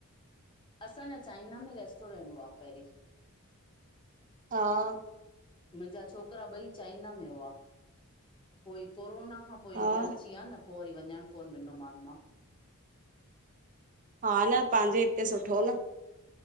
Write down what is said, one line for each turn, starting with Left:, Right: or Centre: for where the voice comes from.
Left: असांजा चाइना में रेस्टोरेंट हुआ पहिरीं।
Right: हा।
Left: मुंहिंजा छोकरा ॿई चाइना में हुआ। पोइ ही कोरोना खां पोइ
Right: हा
Left: इंडिया अची विया न पो वरी वञणु कोन ॾिनो मान मां।
Right: हा ह न पंहिंजे हिते सुठो न।